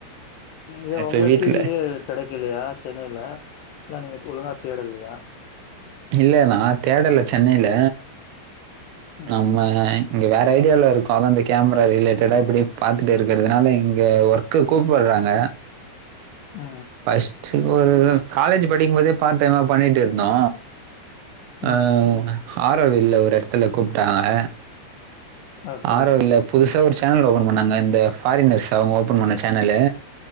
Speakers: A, on the left (about 75°); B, on the right (about 85°).
A: நீங்க ஏ
B: இப்ப
A: ஒங்க
B: வீட்ல
A: ஃபீல்ட்லே கெடைக்கலையா சென்னைல இல்ல நீங்கத் ஒழுங்கா தேடலையா
B: இல்ல நா தேடல சென்னைல
A: ம்,
B: நம்ம இங்க வேற ஐடியால இருக்கோ அதா அந்த கேமரா ரிலேட்டடா இப்டி பாத்துட்டே இருக்கறதுனால இங்க ஒர்க் க்கு கூப்பட்றாங்க
A: அ
B: ஃபஸ்ட்டு ஒரு ம் காலேஜு படிக்கும்போதே பார்ட் டைமா பண்ணிட்டு இருந்தோ
A: ம்.
B: அ ஆரோவில்ல ஒரு எடத்துல கூப்ட்டாங்க
A: ஓகே.
B: ஆரோவில்ல
A: ம்,
B: புதுசா ஒரு சேனல் ஓப்பன் பண்ணாங்க இந்த ஃபாரினர்ஸ் அவ்ங்க ஓப்பன் பண்ண சேனலு